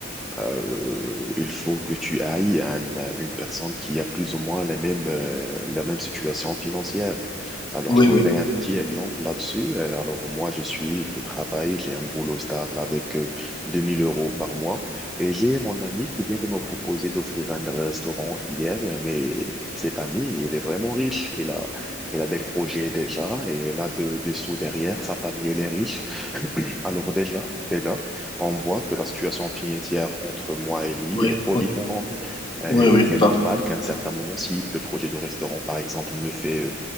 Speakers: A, in the centre; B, on the left.
A: euh, il faut que tu ailles à un- une personne qui a plus ou moins la même, euh, la même situation financière. Alors,
B: Oui,
A: je donnerai
B: oui,
A: un petit exemple là-dessus. Euh, Alors, moi, je suis, je travaille, j'ai un boulot stable avec euh, 2000 euros par mois. Et j'ai mon ami qui vient de me proposer d'offrir un restaurant hier, mais cet ami, il est vraiment riche. Il a, il a des projets déjà et il a de, des sous derrière. Sa famille, elle est riche. Alors déjà, déjà, on voit que la situation financière entre moi et lui,
B: oui,
A: elle est trop
B: oui,
A: différente. Et
B: oui, oui,
A: c'est normal
B: par-
A: qu'à un certain moment, si le projet de restaurant, par exemple, me fait, euh,